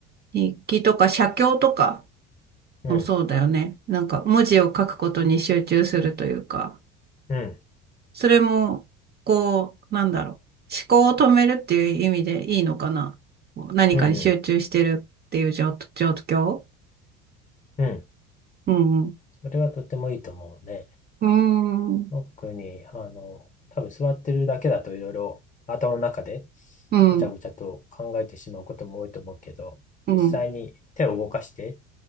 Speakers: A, on the right; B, on the left.
A: 日記とか写経とか
B: うん、
A: もそうだよね。なんか文字を書くことに集中するというか。
B: うん、
A: それも、こう、なんだろう。思考を止めるっていう意味でいいのかな。こう何かに集中してるっていう状、
B: うん、う
A: 状況
B: ん、うん。
A: うん。う
B: それはとてもいいと思うね。
A: ーん。
B: 特に、あの、多分座ってるだけだといろいろ頭の中で
A: うん。
B: ごちゃごちゃと考えてしまうことも多いと思うけど、
A: うん。うん。
B: 実際に手を動かして